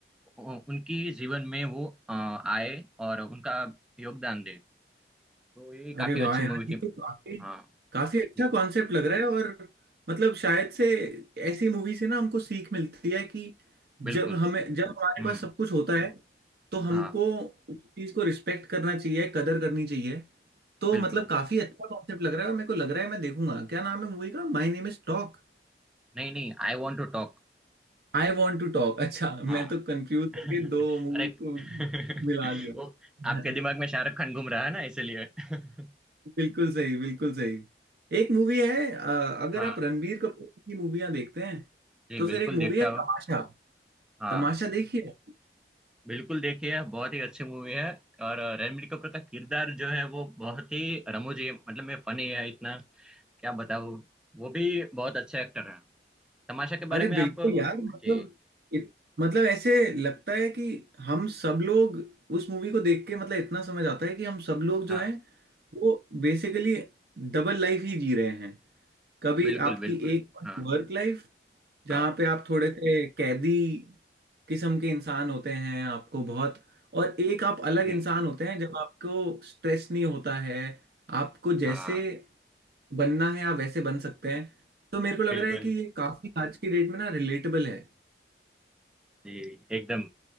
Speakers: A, in the centre; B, on the right.
A: उ- उनकी जीवन में वो अ, आए और उनका योगदान दे तो ये
B: अरे
A: काफी
B: वाह
A: अच्छी
B: यार
A: मूवी थी
B: ये तो काफी
A: हाँ
B: काफी अच्छा
A: जी
B: कॉन्सेप्ट लग रहा है और मतलब शायद से ऐसी मूवी से ना हमको सीख मिलती है कि
A: बिल्कुल
B: जब हमें जब हमारे
A: हम्म
B: पास सब कुछ होता है तो हमको
A: हाँ
B: उस चीज को रिस्पेक्ट करना चाहिए कदर करनी चाहिए तो
A: बिल्कुल
B: मतलब काफी अच्छा कॉन्सेप्ट लग रहा है और मेरे को लग रहा है मैं देखूंगा क्या नाम है मूवी का my name is talk
A: नहीं नहीं आई वॉन्ट टू टॉक
B: I want to talk <laughs> अच्छा
A: हाँ
B: मैं तो कंफ्यूज
A: <laughs>
B: होके दो मूवी
A: अरे
B: को
A: <laughs>
B: मिला दिया
A: वो आपके दिमाग
B: <laughs>
A: में शाहरुख खान घूम रहा है ना इसलिए <laughs>
B: बिल्कुल सही बिल्कुल सही एक मूवी है अ, अगर
A: हाँ
B: आप रणबीर कपूर की मूवियां देखते हैं
A: जी
B: तो
A: बिल्कुल
B: फिर एक मूवी
A: देखता
B: है तमाशा
A: हूँ हाँ
B: तमाशा देखिए
A: बिल्कुल देखिए बहुत ही अच्छी मूवी है और रणबीर कपूर का किरदार जो है वो बहुत ही रमूजी है मतलब मैं फनी है इतना क्या बताऊँ वो भी बहुत अच्छा एक्टर है तमाशा के
B: अरे
A: बारे में
B: बिल्कुल
A: आप
B: यार मतलब
A: जी
B: इत, मतलब ऐसे लगता है कि हम सब लोग उस मूवी को देख के मतलब इतना समझ आता है कि हम सब लोग जो
A: हाँ
B: हैं वो बेसिकली डबल लाइफ ही जी रहे हैं कभी
A: बिल्कुल
B: आपकी
A: बिल्कुल
B: एक
A: हाँ
B: वर्क लाइफ जहाँ
A: हाँ
B: पे आप थोड़े से कैदी किस्म के इंसान होते हैं आपको बहुत और एक आप अलग
A: जी
B: इंसान होते हैं जब आपको स्ट्रेस नहीं होता है आपको
A: हाँ
B: जैसे बनना है आप वैसे बन सकते हैं तो मेरे को लग
A: बिल्कुल
B: रहा है कि ये काफी आज की डेट में ना रिलेटेबल है
A: जी एकदम